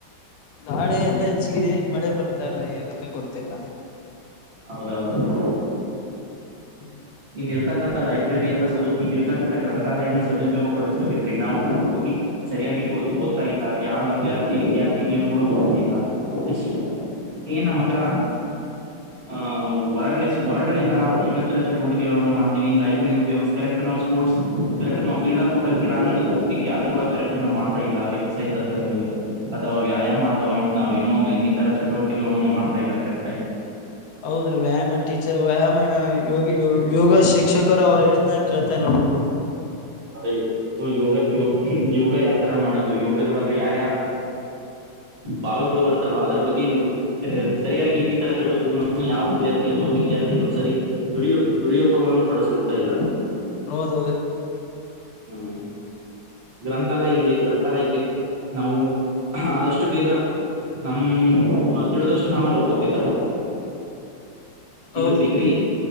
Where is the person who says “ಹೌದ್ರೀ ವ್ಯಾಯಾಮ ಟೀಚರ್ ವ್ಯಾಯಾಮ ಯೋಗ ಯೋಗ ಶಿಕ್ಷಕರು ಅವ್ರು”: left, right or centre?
Left